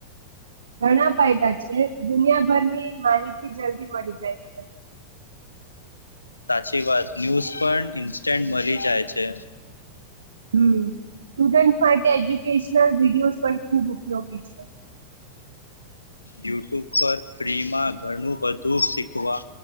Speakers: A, on the right; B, on the left.
A: ઘણા ફાયદા છે, દુનિયાભરની માહિતી જલ્દી મળી જાય છે
B: સાચી વાત, ન્યૂઝ પણ ઇન્સ્ટન્ટ મલી જાય છે
A: હમ, સ્ટુડન્ટ માટે એજ્યુકેશનલ વિડિયોઝ પણ ખૂબ ઉપયોગી છે
B: યુટ્યુબ પર ફ્રીમાં ઘણું બધુ શીખવા,